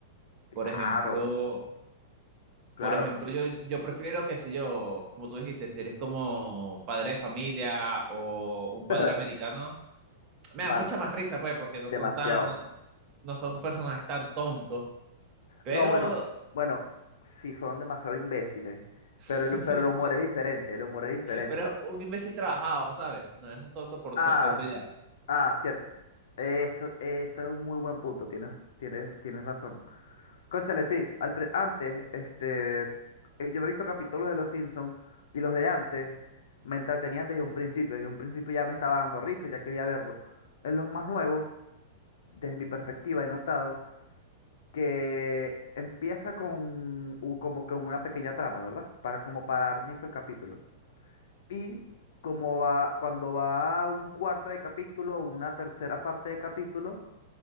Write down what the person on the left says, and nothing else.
Claro,
claro.
<laughs>
Mano,
demasiado,
demasiado.
No, bueno, bueno, sí son demasiado imbéciles,
pero el, pero el humor es diferente, el humor es diferente.
Ah,
ah, cierto. Eso, eso es un muy buen punto. Tienes, tienes, tienes razón. Cónchale, sí. Al pre- antes, este, eh, yo me he visto capítulos de Los Simpsons y los de antes me entretenían desde un principio. Desde un principio ya me estaba dando risa, ya quería verlo. En los más nuevos, desde mi perspectiva, he notado que empieza con u- como que una pequeña trama, ¿verdad? Para como para dar inicio al capítulo. Y como va, cuando va a un cuarto de capítulo o una tercera parte de capítulo,